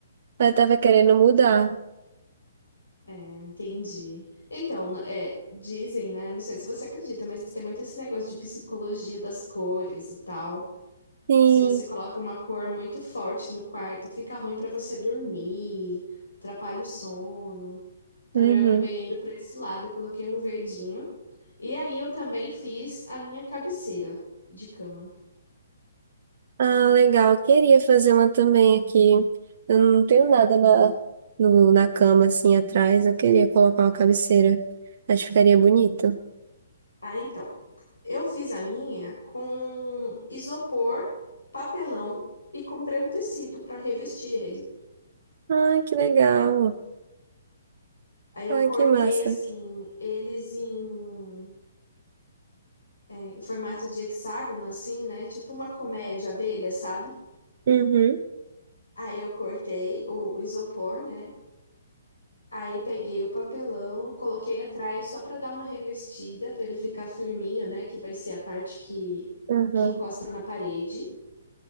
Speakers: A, on the right; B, on the left.
A: Ela tava querendo mudar.
B: É, entendi. Então, na- é, dizem, né? Não sei se você acredita, mas tem muito esse negócio de psicologia das cores e tal.
A: Sim.
B: Se você coloca uma cor muito forte no quarto, fica ruim pra você dormir, atrapalha o sono. Então,
A: Uhum.
B: eu acabei indo pra esse lado e coloquei um verdinho. E aí, eu também fiz a minha cabeceira de cama.
A: Ah, legal. Eu Queria fazer uma também aqui. Eu não tenho nada na, no, na cama assim atrás. Eu queria colocar uma cabeceira. Acho que ficaria bonito.
B: Ah, então. Eu fiz a minha com isopor, papelão e comprei um tecido para revestir ele.
A: Ai, que legal.
B: Aí
A: Ai,
B: eu cortei
A: que massa.
B: assim, eles em, é, em formato de hexágono, assim, né? Tipo uma colmeia de abelha, sabe?
A: Uhum.
B: Aí eu cortei o isopor, né? Aí peguei o papelão, coloquei atrás só para dar uma revestida, para ele ficar firminho, né? Que vai ser a parte que,
A: Uhum.
B: que encosta na parede.